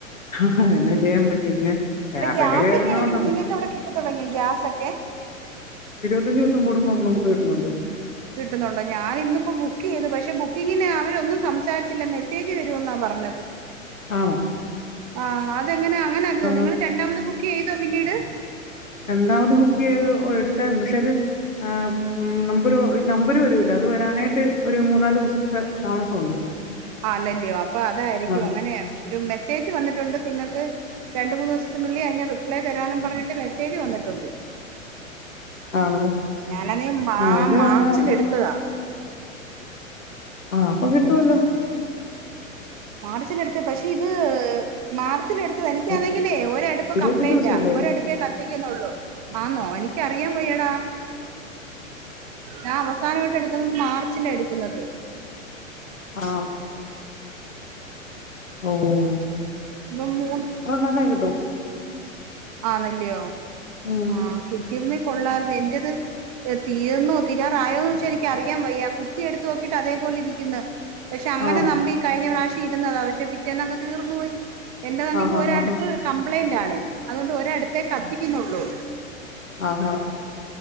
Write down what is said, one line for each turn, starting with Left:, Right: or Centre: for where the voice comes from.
Left: ഹാഹാ എന്നാചെയ്യാൻ പറ്റും. <unintelligible>
Right: എടീ ഗ്യാസ്
Left: വില കയറുന്നോണ്ടാണ്
Right: ഒക്കെ എങ്ങനണ്ട്? നിങ്ങക്ക് അവിടെ കിട്ടി തുടങ്ങിയോ ഗ്യാസൊക്കെ.
Left: ത്തൻഞ്ച് ദിവസം കൂടുമ്പോ നമ്മള് <unintelligible> കിട്ടുന്നുണ്ട്
Right: കിട്ടുന്നുണ്ടോ? ഞാനിന്നിപ്പോ ബുക്ക് ചെയ്തു. പക്ഷെ ബുക്കിങ്ങിന് അവരൊന്നും സംസാരിച്ചില്ല മെസ്സേജ് വരുവന്നാ പറഞ്ഞത്.
Left: ആണോ
Right: ആ അതെങ്ങനാ? അങ്ങനല്ലല്ലോ. നിങ്ങൾ
Left: ആ
Right: രണ്ടാമത് ബുക്ക് ചെയ്തോ പിന്നീട്.
Left: രണ്ടാമത് ബുക്ക് ചെയ്ത് എടുത്തായ്രുന്നു. പക്ഷെ അത് ആ നമുക്കൊരു നമ്പര് വരൂലൊ അത് വരാനായിട്ട് ഒരു മൂന്നാല് ദിവസത്തെ താമസമുണ്ട്.
Right: ആന്നല്ല്യോ. അപ്പൊ അതായിരിക്കും
Left: ആഹ്
Right: അങ്ങനെയാ ഒരു മെസ്സേജ് വന്നിട്ടുണ്ട് നിങ്ങക്ക്? രണ്ട് മൂന്ന് ദിവസത്തിനുള്ളിൽ അയിന് റിപ്ലൈ തരാന്നുംപറഞ്ഞിട്ട് മെസ്സേജ് വന്നിട്ടുണ്ട്.
Left: ആണല്ലേ
Right: ഞാനണേ മാ
Left: ആഹ് ഇത്
Right: മാർച്ചിൽ
Left: അങ്ങനെ
Right: എടുത്തതാ.
Left: ആ അപ്പൊ കിട്ടുവല്ലോ
Right: മാർച്ചില് എടുത്താ പക്ഷേ ഇത് മാർ ച്ചില് എടുത്തതാ എനിക്കാന്നെങ്കിലേ
Left: എടുത്തത്
Right: ഒ രടുപ്പ്
Left: ഇരുപത്തഞ്ച്
Right: കംപ്ലൈന്റാ.
Left: ദിവസല്ലേ
Right: ഒരടുപ്പേ കത്തിക്കുന്നുള്ളൂ. ആന്നോ എനിക്കറിയാൻ വെയ്യടാ. ഞാ അവസാനമായിട്ട് എടുക്കുന്നത്‌ മാർച്ചിലാ എടുക്കുന്നത്.
Left: ആ ഓ <unintelligible>
Right: ഇപ്പൊ മൂന്ന്
Left: തന്നെ കിട്ടും
Right: ആണല്ലയോ
Left: ഉം
Right: ആ കി തീർന്നേകൊള്ളായിരുന്നു ഇന്റേത് തീർന്നോ തീരാറായോ എന്ന് വെച്ചാൽ എനിക്ക് അറിയാൻ വയ്യ കുറ്റി എടുത്ത് നോക്കിയിട്ട് അതേപലെ ഇരിക്കിന്നു പക്ഷെ അങ്ങനെ
Left: ആണോ
Right: നബി ഈ കഴിഞ്ഞ പ്രാശ് കി രുന്നതാ പക്ഷെ പിറ്റേന്നങ്ങ് തീർന്നു പോയി എന്റെ നന്ദിക്ക്
Left: ആഹ് ഹാ
Right: ഒരടുപ്പ്
Left: ഹാ ഹാ
Right: കംപ്ലൈന്റ് ആണ് അതൊണ്ട് ഒരടുപ്പേ കത്തിക്കുന്നുള്ളൂ
Left: ആ ആ